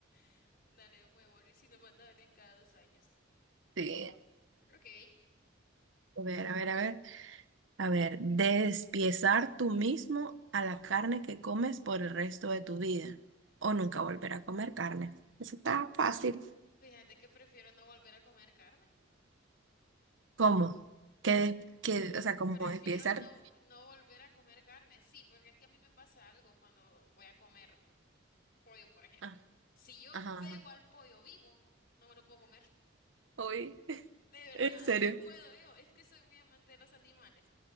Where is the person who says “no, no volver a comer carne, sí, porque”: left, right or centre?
Left